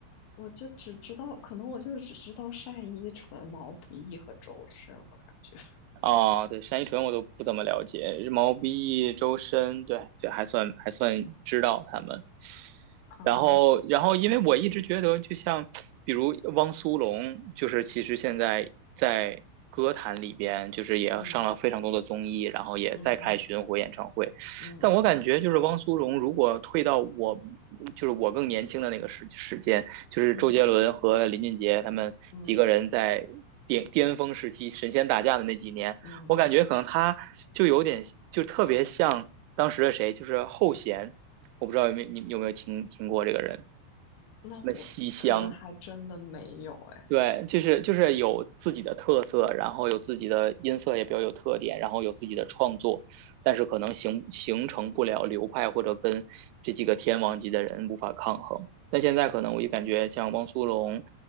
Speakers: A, on the left; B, on the right.
A: 我就只知道，可能我就是只知道单依纯、毛不易和周深，我感觉
B: 哦，对，单依纯我都不怎么了解，毛不易、周深，对，这还算还算知道他们。
A: 啊，
B: 然后，然后，因为我一直觉得，就像比如汪苏泷，就是其实现在在歌坛里边，就是也上了非常多的综艺，
A: 嗯
B: 然后也在开巡回演唱会。
A: 嗯嗯嗯
B: 但我感觉，就是汪苏泷如果退到我，就是我更年轻的那个时时间，就是周杰伦和林俊杰他们几个人在巅巅峰时期神仙打架的那几年，
A: 嗯嗯嗯，
B: 我感觉可能他就有点，就特别像当时的谁，就是后弦。我不知道有没有你有没有听听过这个人，
A: 那我可能还真的没有哎
B: 什么西厢，对，就是就是有自己的特色，然后有自己的音色也比较有特点，然后有自己的创作，但是可能形形成不了流派或者跟这几个天王级的人无法抗衡。但现在可能我就感觉像汪苏泷。